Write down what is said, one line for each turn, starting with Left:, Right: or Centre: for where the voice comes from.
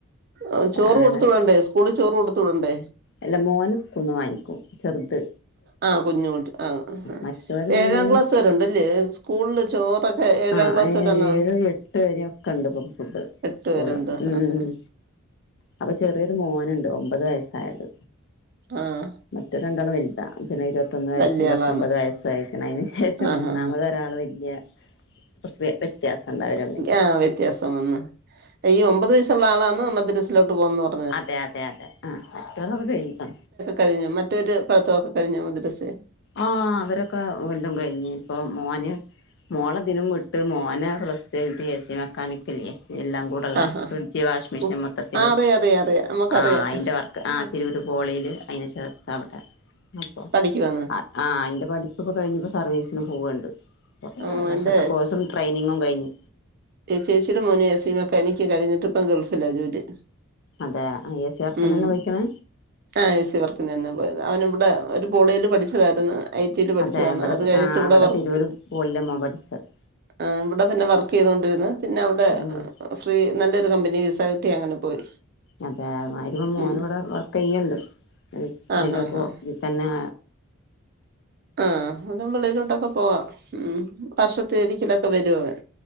Right: ആഹ് ചോറ്
Left: രാവിലെണ്
Right: കൊടുത്ത് വിടണ്ടേ സ്കൂളി ചോറ് കൊടുത്ത് വിടണ്ടേ
Left: അല്ല മോന് സ്കൂന്ന് വാങ്ങിക്കും ചെറ്ത്
Right: ആഹ് കുഞ്ഞുകുട്ടി ആഹ്
Left: മറ്റോര് പിന്നെ
Right: ഏഴാം ക്ലാസ് വരെണ്ടല്ലേ സ്കൂളില് ചോറ ഏ ഏഴാം
Left: ആഹ്
Right: ക്ലാസ് വരെന്ന
Left: ഏഴ് എട്ട് വരെയൊക്കെ ഉണ്ട് ഇപ്പം ഫുഡ്
Right: എട്ടു
Left: സ്കൂളില്
Right: വരുണ്ട് ആഹ്
Left: ഉം
Right: ആഹ്
Left: അപ്പൊ ചെറിയരു മോന്ണ്ട് ഒമ്പത് വയസായത്
Right: ആഹ്
Left: മറ്റ രണ്ടാളും വല്ത പിന്നെ ഇരുപ പത്തൊന്ന് വയസും
Right: വല്യ
Left: പത്തൊമ്പത്
Right: ആളാണ്
Left: വയസ്സും ആയിരിക്കണം അയിന് ശേഷം
Right: ആഹ്
Left: മൂന്നാമത്
Right: ആഹ്
Left: ഒരാള് വല്യ കുറച്ച് വ്യത്യാസം ഉണ്ടാവരമ്മില്.
Right: ആഹ് വ്യത്യാസം വന്ന് ഈ ഒമ്പത് വയസുള്ള ആളാണമദ്രസിലോട്ട പോകുന്നറ
Left: അതെ, അതെ, അതെ ആ മറ്റേത് അത് കഴിഞ്ഞ താ.
Right: കഴിഞ്ഞു മറ്റൊരു പഠിത്തോക്കെ കഴിഞ്ഞോ മദ്രസെ.
Left: ആഹ് അവരൊക്കെ വല്ലും കഴിഞ്ഞ് ഇപ്പൊ മോന് മോളെദിനും വിട്ട് മോനെ പ്ലസ്റ്റു കഴിഞ്ഞിട്ട് എ സി മെക്കാനിക്കില്ലേ എല്ലാം കൂടുള്ള
Right: ആഹ്
Left: ഫ്രിഡ്ജ് വാഷി മെഷീൻ
Right: ഓ
Left: മൊത്തത്തില്
Right: ആ അറിയാം അറിയാം അറിയാം നമുക്കറിയാം
Left: ആ അയിൻ്റെ വർക്ക് ആ
Right: ഉം.
Left: തിരൂർ പോളില് അതിനെ ചേർത്ത അവിടെ അപ്പോ
Right: ക്കുവാണ്.
Left: ആഹ് അയിന്റെ പഠിപ്പ്പ്പ കഴിഞ്ഞപ്പോ സർവീസിന് പോവുണ്ട്.
Right: ആ
Left: വർഷത്തെ
Right: എന്റെ
Left: കോഴ്സും ട്രെയിനിങ്ങും കഴിഞ്ഞു.
Right: ചേച്ചിടെ മോന് എ സി മെക്കാനിക്ക് കഴിഞ്ഞിട്ട് ഇപ്പം ഗൾഫിലാ ജോലി.
Left: അതെ എ സി വർക്കിനന്നെ
Right: ഉം
Left: പോയിക്ക്ണ്
Right: ആ എ സി വർക്കിനന്നാ പോയത് അവന് ഇവിടെ പോളിൽ പഠിച്ചതായിരുന്നു ഐ ടിയിൽ പഠിച്ചതാണ്
Left: അതെ ഇവിടെ
Right: അത് കഴിഞ്ഞിട്ട്
Left: ആഹ്
Right: ഇവിടെ വർക്ക്.
Left: തിരൂര് പോളില മോൻ പഠിച്ചത്
Right: ആ ഇവിടെ പിന്നെ വർക്ക് ചെയ്തൊണ്ടിര്ന്ന് പിന്നെ അവിടെ
Left: ഉം
Right: ഫ്രീ നല്ലൊരു കമ്പനി വിസ കിട്ടി അങ്ങനെ പോയി.
Left: അതെ അമാതിരി മോന്ടെ
Right: ഉം
Left: വർക്ക് ചെയ്യണ്ട്
Right: ആ
Left: ഇതിന്റെക്ക
Right: ഹാ ഹാ
Left: ഇ പിന്നെ
Right: ആഹ് അനും വെളിലോട്ടൊക്കെ പോവാം ഉം വർഷത്തേരി ത്തിലൊക്കെ വരുവവൻ